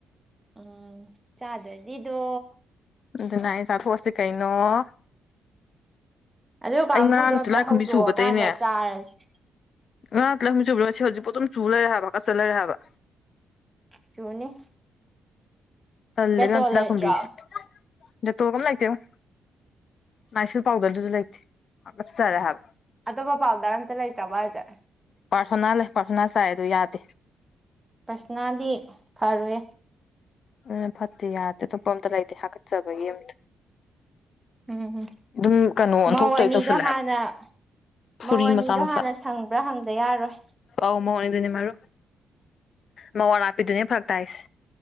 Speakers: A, on the right; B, on the left.
A: ꯎꯝ ꯆꯥꯗꯗꯤꯗꯣ
B: ꯑꯗꯨꯅ ꯑꯩ ꯆꯥꯊꯣꯛꯑꯁꯤ ꯀꯩꯅꯣ
A: ꯑꯗꯨ ꯀꯥꯡꯒꯨꯗꯣ
B: ꯑꯩ ꯉꯔꯥꯡ
A: ꯑꯝꯇ
B: ꯇꯤꯜꯂꯥꯏꯈꯨꯝꯕꯤ
A: ꯍꯧꯗꯣꯛꯑꯀꯥꯟꯗ
B: ꯆꯨꯕꯗꯩꯅꯦ
A: ꯆꯥꯔꯁꯤ
B: ꯉꯔꯥꯡ ꯇꯤꯜꯂꯥꯏꯈꯨꯝꯕꯤ ꯆꯨꯕꯗꯣ ꯉꯁꯤ ꯍꯧꯖꯤꯛꯄꯨ ꯑꯗꯨꯝ ꯆꯨ ꯂꯩꯔꯦ ꯍꯥꯏꯕ ꯍꯥꯥꯒꯠꯆ ꯂꯩꯔꯦ ꯍꯥꯏꯕ
A: ꯆꯨꯅꯤ
B: ꯇꯜꯂꯦ
A: ꯗꯦꯇꯣꯜ
B: ꯏꯕꯦꯝ ꯇꯤꯜꯂꯥꯏꯀꯨꯝꯕꯤꯁꯦ
A: ꯂꯩꯇ꯭ꯔꯣ
B: ꯗꯦꯇꯣꯜꯒ ꯑꯃ ꯂꯩꯇꯦꯉꯣ ꯅꯥꯏꯁꯤꯜ ꯄꯥꯎꯗ꯭ꯔꯗꯨꯁꯨ ꯂꯩꯇꯦ ꯍꯥꯒꯠꯆꯔꯦ ꯍꯥꯏꯕ
A: ꯑꯇꯣꯞꯄ ꯄꯥꯎꯗꯔ ꯑꯝꯇ ꯂꯩꯇ꯭ꯔꯕꯣ ꯍꯥꯏꯖꯦ
B: ꯄꯥꯔꯁꯣꯅꯥ ꯂꯩ ꯄꯥꯔꯁꯣꯅꯥ ꯆꯥꯏ ꯑꯗꯣ ꯌꯥꯗꯦ
A: ꯄ꯭ꯔꯁꯣꯅꯥꯗꯤ ꯐꯔꯣꯏꯌꯦ
B: ꯑ <unintelligible> ꯐꯠꯇꯦ ꯌꯥꯗꯦ ꯑꯇꯣꯞꯄ ꯑꯝꯇ ꯂꯩꯇꯦ ꯍꯥꯒꯠꯆꯕꯒꯤ ꯑꯝꯇ
A: ꯎꯝ
B: ꯑꯗꯨꯝ ꯀꯩꯅꯣ ꯑꯣꯟꯊꯣꯛꯇꯣꯏ
A: ꯃꯧ ꯑꯅꯤꯗꯣ
B: ꯇꯧꯁꯜꯂꯦ
A: ꯍꯥꯟꯅ
B: ꯍꯥꯏꯕ ꯐꯨꯔꯤ
A: ꯃꯧ ꯑꯅꯤꯗꯣ
B: ꯃꯆꯥ ꯃꯆꯥ
A: ꯍꯥꯟꯅ ꯁꯪꯕ꯭ꯔꯥ ꯍꯪꯗ ꯌꯥꯔꯣꯏ
B: ꯑꯧ ꯃꯧꯅꯤ ꯑꯗꯨꯅꯦ ꯃꯔꯨ ꯃꯧꯑꯔꯥꯞꯄꯤꯗꯨꯅꯦ ꯐꯔꯛ ꯇꯥꯏꯁꯦ